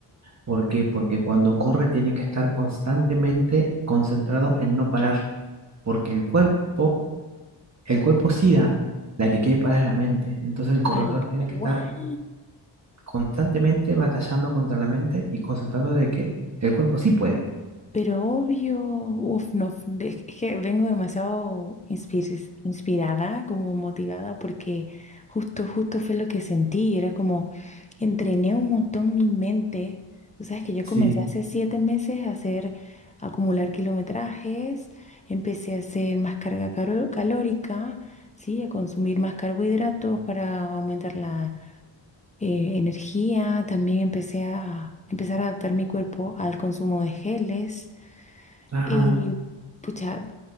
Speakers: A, on the right (about 35°); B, on the left (about 15°).
A: ¿Por qué? Porque cuando corre tiene que estar constantemente concentrado en no parar, porque el cuerpo, el cuerpo sí da, la que quiere parar es la mente. Entonces el corredor
B: tal
A: tiene
B: cual.
A: que estar constantemente batallando contra la mente y concentrando de que el cuerpo sí puede.
B: Pero obvio, uf, no, de- es que vengo demasiado inspir- inspirada, como motivada, porque justo, justo fue lo que sentí. Era como, entrené un montón mi mente. Tú sabes que yo
A: Sí,
B: comencé hace siete meses a hacer, a acumular kilometrajes, empecé a hacer más carga caro- calórica, ¿sí? A consumir más carbohidratos para aumentar la eh, energía. También empecé a empezar a adaptar mi cuerpo al consumo de geles.
A: ajá.
B: Y pucha,